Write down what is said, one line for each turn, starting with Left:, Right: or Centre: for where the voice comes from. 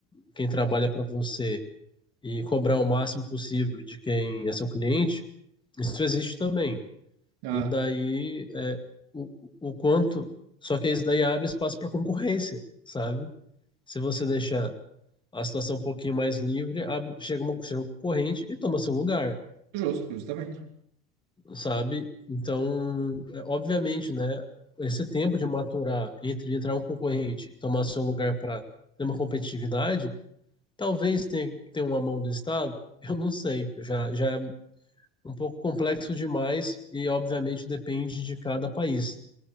Left: quem trabalha para você e cobrar o máximo possível de quem é seu cliente. Isso existe também.
Right: Ah,
Left: E daí, é, o, o quanto. Só que isso daí abre espaço para concorrência, sabe? Se você deixar a situação um pouquinho mais livre, abre, chega, uma, chega um concorrente e toma seu lugar,
Right: justo, justamente.
Left: sabe? Então, é, obviamente, né, esse tempo de maturar entre entrar um concorrente e tomar seu lugar para ter uma competitividade, talvez tenha, tenha uma mão do Estado, eu não sei, já, já é um pouco complexo demais e, obviamente, depende de cada país.